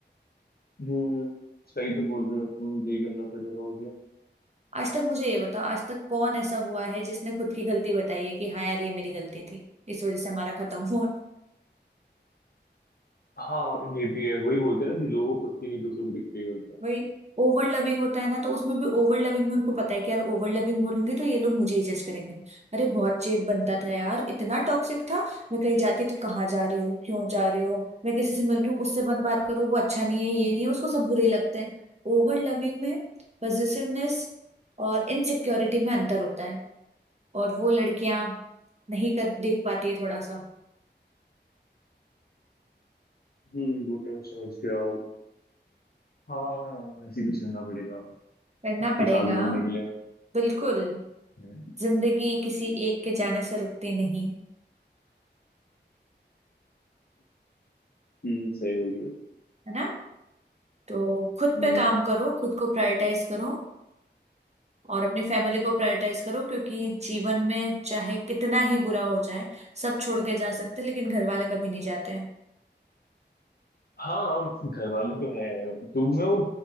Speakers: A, on the left (about 55°); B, on the right (about 35°).
A: हम्म, सही तो बोल रहे हो तुम ये करना पड़ेगा मुझे
B: आज तक मुझे ये बताओ आज तक कौन ऐसा हुआ है जिसने खुद की गलती बताई है कि हाँ यार ये मेरी गलती थी इस वजह से हमारा खत्म हुआ
A: हाँ ये भी है वही बोलते हैं ना कि लोगों को खुद की नहीं दूसरों को दिखती है गलतियाँ
B: वही ओवर लविंग होता है ना तो उसमें भी ओवर लविंग में उनको पता है कि यार ओवर लविंग बोलूंगी तो ये लोग मुझे ही जज करेंगे अरे बहुत चेप बनता था यार इतना टॉक्सिक था मैं कहीं जाती तो कहाँ जा रही हो क्यों जा रही हो मैं किसी से मिल रही हूँ उससे मत बात करो वो अच्छा नहीं है ये नहीं है उसको सब बुरे ही लगते हैं ओवर लविंग में पजेसिवनेस और इनसिक्योरिटी में अंतर होता है और वो लड़कियां नहीं कर देख पाती है थोड़ा सा
A: हम्म वो तो मैं समझ गया हाँ ऐसे कुछ करना पड़ेगा
B: करना पड़ेगा
A: कुछ आगे बढ़ने के लिए
B: बिल्कुल
A: हम्म।
B: जिंदगी किसी एक के जाने से रुकती नहीं है
A: हम्म सही बोल रहे हो
B: है ना तो खुद
A: हम्म
B: पे काम करो खुद को प्रायोरिटाइज करो और अपनी फैमिली को प्रायोरिटाइज करो क्योंकि जीवन में चाहे कितना ही बुरा हो जाए सब छोड़ के जा सकते हैं, लेकिन घर वाले कभी नहीं जाते हैं
A: हाँ घर वाले तो हैं तो मैं वो